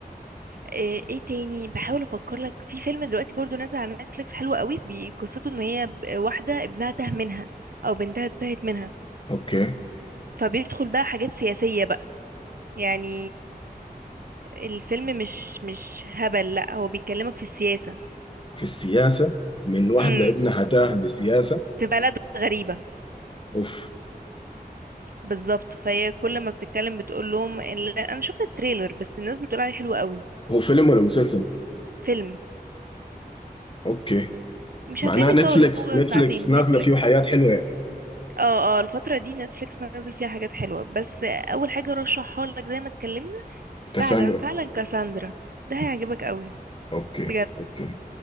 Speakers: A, on the right; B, on the left.
A: ايه إيه تاني بحاول افكر لك في فيلم دلوقتي برضو نازل على نتفليكس حلو قوي بي- قصته ان هي ب- واحدة ابنها تاه منها او بنتها تاهت منها
B: أوكي
A: فبيدخل بقى حاجات سياسية بقى يعني الفيلم مش مش هبل لا هو بيكلمك في السياسة
B: في السياسة من واحدة
A: امم
B: ابنها تاه لسياسة
A: في بلد غريبة
B: أوف
A: بالظبط فهي كل ما بتتكلم بتقول لهم ال- انا شفت التريلر بس الناس بتقول عليه حلو قوي
B: هو فيلم ولا مسلسل؟
A: فيلم
B: أوكي
A: مش
B: معناها
A: هتلاقيه بيطول
B: نتفليكس
A: هو
B: نتفليكس
A: ساعتين
B: نازلة
A: نتفليكس
B: فيه حياة حلوة يعني
A: اه اه الفترة دي نتفليكس نازل فيها حاجات حلوة بس اول حاجة رشحها لك زي ما اتكلمنا
B: كاساندرا
A: فعلا فعلا كاساندرا ده هيعجبك قوي
B: أوكي
A: بجد
B: أوكي